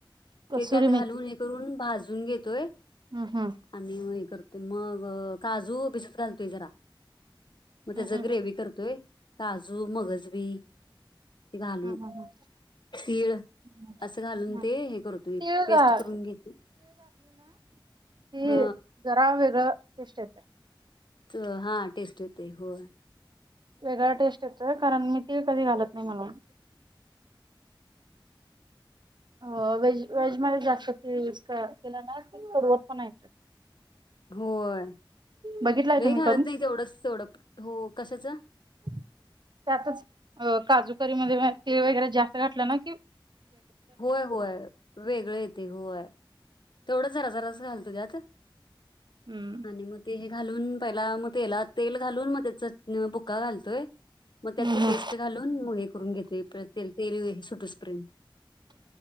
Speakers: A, on the right (about 60°); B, on the left (about 60°).
A: कसुरी
B: ते त्यात घालून
A: मेथी
B: हे करून भाजून घेतोय
A: हम्म हम्म.
B: आणि हय ते मग काजू बिसत घालतोय जरा मग त्याचा
A: हम् हम
B: ग्रेवी
A: हम.
B: करतोय काजू मगजबी घालून
A: हम् हम
B: तीळ
A: हम
B: असं घालून
A: हम
B: ते हे करतो एक
A: तीळ घा
B: पेस्ट करून घेतो.
A: कि
B: ह
A: जरा वगरे टेस्ट येते
B: तर हा टेस्ट येते हो
A: वेगळा टेस्ट येतोय कारण मी तिळकधी घालत नाही म्हणून अ व्हेज व्हेज मध्ये जास्त ते तुज क केलाना कि कडुवट पणा येतो.
B: होय
A: बघितलाय
B: लई
A: तुम्ही
B: घालत
A: करून?
B: नाही तेवढंच तेवढं हो कशाचं
A: त्यातच अ काजूकरी मध्ये तिळ वगैरे जास्त घातलं ना कि
B: होय. होय. वेगळ येते होय. तेवढा जरा जरासा घालतो घ्या तीळ.
A: हम्म.
B: आणि मग ते हे घालून पहिला मग तेला तेल घालून मग त्याच -- न पुक्का घालतोय. मग त्यात
A: हम्म
B: ते
A: हम्म.
B: पेस्ट घालून मग हे करून घेते ते तेल सुटूसपर्यंत